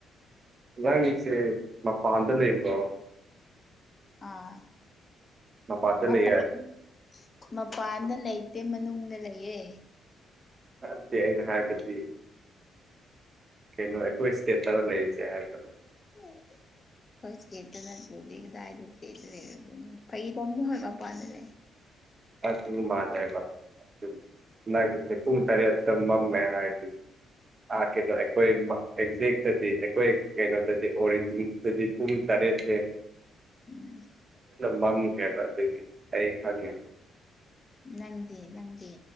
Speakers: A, on the right (about 35°); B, on the left (about 30°).
A: ꯅꯪꯒꯤꯁꯦ ꯃꯄꯥꯟꯗ ꯂꯩꯕ꯭ꯔꯣ
B: ꯑꯥ
A: ꯃꯄꯥꯟꯗ
B: ꯃ
A: ꯂꯩꯌꯦ
B: ꯄ <unintelligible> ꯈꯨ ꯃꯄꯥꯟꯗ ꯂꯩꯇꯦ ꯃꯅꯨꯡꯗ ꯂꯩꯌꯦ
A: ꯑꯗꯨꯗꯤ ꯑꯩꯅ ꯍꯥꯏꯕꯗꯤ ꯀꯩꯅꯣ ꯑꯩꯈꯣꯏ ꯏꯁꯇꯦꯠ ꯈꯔ ꯂꯩꯔꯤꯁꯦ ꯍꯥꯏꯕꯅ
B: <unintelligible> ꯍꯣꯏ ꯏꯁꯇꯦꯠꯇ ꯅꯠꯇ꯭ꯔꯦꯗꯤ ꯀꯗꯥꯏꯗ ꯏꯁꯇꯦ ꯂꯩꯔꯅ ꯐꯩꯗꯝꯅꯤ ꯍꯣꯏ ꯃꯄꯥꯟꯗ ꯂꯩ <unintelligible>
A: <unintelligible> ꯃꯥꯜꯂꯦꯕ <unintelligible> ꯅꯪ ꯄꯨꯡ ꯇꯔꯦꯠ ꯃꯝꯃꯦ ꯍꯥꯏꯔꯗꯤ ꯑꯥꯔꯀꯦꯗꯣ ꯑꯩꯈꯣꯏ ꯃ ꯑꯦꯛꯖꯦꯛꯇꯗꯤ ꯑꯩꯈꯣꯏ ꯀꯩꯅꯣꯗꯗꯤ ꯑꯣꯔꯤꯖꯤꯟꯁꯤꯗꯗꯤ ꯄꯨꯡ ꯇꯔꯦꯠꯁꯦ
B: ꯎꯝ
A: ꯃꯝ ꯀꯩꯕ ꯑꯗꯨꯗꯤ ꯑꯩ ꯈꯪꯉꯦꯕ
B: ꯅꯪꯗꯤ ꯅꯪꯗꯤ